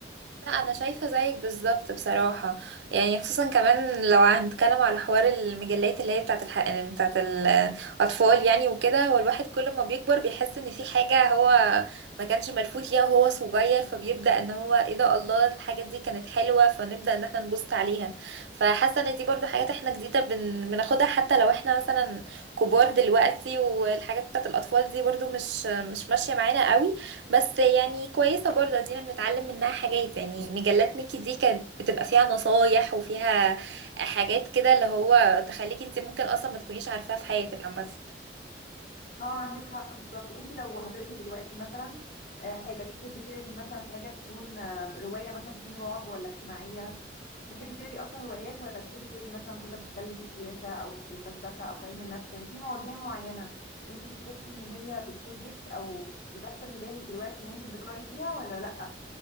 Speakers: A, on the right; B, on the left.
A: لا انا شايفه زيك بالظبط بصراحه يعني خصوصا كمان لو هنتكلم على حوار المجلات اللي هي بتاعت الح... بتاعت الاطفال يعني وكده هو الواحد كل ما بيكبر بيحس ان في حاجه هو ما كانش ملفوت ليها وهو صغير فبيبدا ان هو ايه ده الله الحاجه دي كانت حلوه فنبدا ان احنا نبص عليها فحاسه ان دي برضو حاجات احنا جديده بن... بناخدها حتى لو احنا مثلا كبار دلوقتي والحاجات بتاعت الاطفال دي برضو مش مش ماشيه معانا قوي بس يعني كويسة برضه ادينا بنتعلم منها حاجات يعني مجلات ميكي دي كانت بتبقى فيها نصايح وفيها حاجات كده اللي هو تخليكي انت ممكن اصلا ما تكونيش عارفاها في حياتك عامة
B: اه عندك حق بالظبط انت لو هتقري دلوقتي مثلا آه، حاجه تحبي تقري مثلا حاجه تكون آه، روايه مثلا تكون رعب ولا اجتماعيه تحبي تقري اصلا روايات ولا تحبي تقري مثلا كتب بتتكلم في السياسه او في الفلسفه او في علم النفس يعني في مواضيع معينه انت بتحسي ان هي بتشدك او لافته انتباهك دلوقتي ممكن تقراي فيها ولا لا